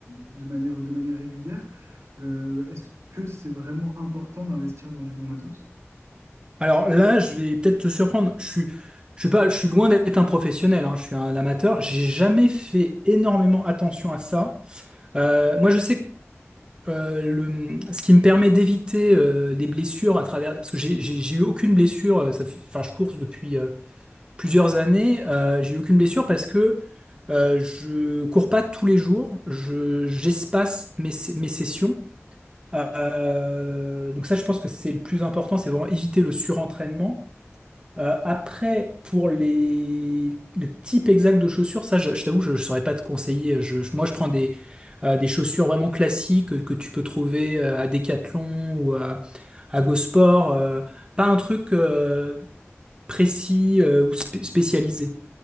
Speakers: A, on the right; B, on the right.
A: de manière, de manière régulière. Euh, est-ce que c'est vraiment important d'investir dans du bon matos?
B: Alors là, je vais peut-être te surprendre. Je suis, je suis pas, je suis loin d'être un professionnel. hein. Je suis un amateur. J'ai jamais fait énormément attention à ça. Euh, moi, je sais que euh, le, ce qui me permet d'éviter euh, des blessures à travers, parce que j'ai j'ai- j'ai eu aucune blessure. euh, Ça fait, enfin, je cours depuis euh, plusieurs années, euh, j'ai eu aucune blessure parce que euh, je cours pas tous les jours, je j'espace mes, sé- mes sessions. Euh, donc ça, je pense que c'est le plus important, c'est vraiment éviter le surentraînement. Euh, après, pour les le type exact de chaussures, ça, je, je t'avoue, je, je saurais pas te conseiller. Je, je- moi, je prends des euh, des chaussures vraiment classiques que, que tu peux trouver euh, à Decathlon ou à à Go Sport. euh, pas un truc euh, précis euh, ou spé- spécialisé.